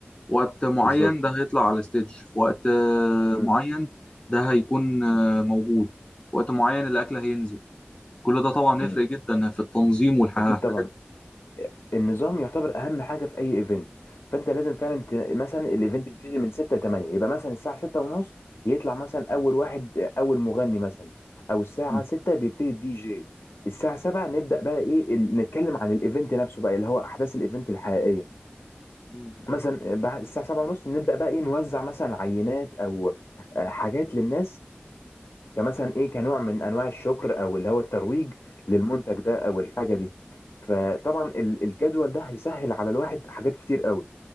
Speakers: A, on the left (about 25°); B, on the left (about 85°).
A: وقت معين
B: بالظبط
A: ده هيطلع على الستيج في وقت آه،
B: مم.
A: معين ده هيكون آه،
B: مم.
A: موجود في وقت معين الاكل هينزل كل ده طبعا
B: مم.
A: يفرق جدا في التنظيم والحاجات
B: اكيد طبعا النظام يعتبر اهم حاجه في اي ايفنت فانت لازم فعلا ت... مثلا الايفنت بيبتدي من 6 ل 8 يبقى مثلا الساعه 6 ونص يطلع مثلا اول واحد اول مغني مثلا او الساعه
A: دي
B: 6 بيبتدي الدي جي الساعه 7 نبدا بقى ايه ال... نتكلم عن الايفنت نفسه بقى اللي هو احداث الايفنت الحقيقيه
A: مم.
B: مثلا بعد الساعه 7 ونص نبدا بقى ايه نوزع مثلا عينات او آه، حاجات للناس كمثلا ايه كنوع من انواع الشكر او اللي هو الترويج للمنتج ده او الحاجه دي فطبعا ال- الجدول ده هيسهل على الواحد حاجات كتير قوي